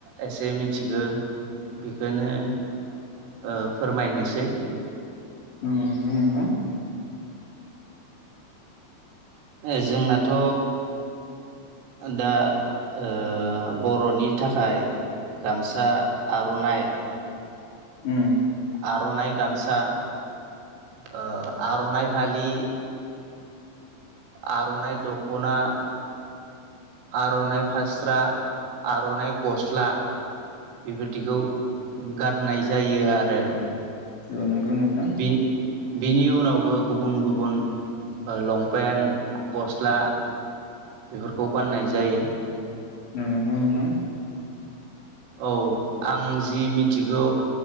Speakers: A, on the right; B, on the left.
A: एसे मिथिगो बेखोनो ओ फोरमायनोसै
B: उम नोंगौ नोंथा।
A: ए जोंनाथ' दा ओ बर'नि थाखाय गामसा आर'नाइ
B: उम
A: आर'नाइ गामसा ओ आर'नाइ फालि आर'नाइ दख'ना आर'नाइ फास्रा, आर'नाइ गस्ला बेफोरदिखौ गाननाय जायो आरो।
B: औ नंगौ नोंथां।
A: बि बिनि उनावबो गुबुन गुबुन ओ लंपेन्ट, गस्ला बेफोरखौ गाननाय जायो।
B: नंगौ नोंथां।
A: औ आं जि मिथिगौ